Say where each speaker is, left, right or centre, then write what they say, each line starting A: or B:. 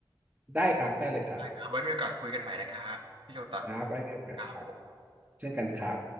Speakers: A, on the right; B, on the right.
A: ได้ครับ ได้เลยครับ
B: ครับไว้มีโอกาสคุยกันใหม่นะครับพี่โชตะ
A: ครับไว้มีโอกาสครับ
B: ครับผม
A: เช่นกันครับ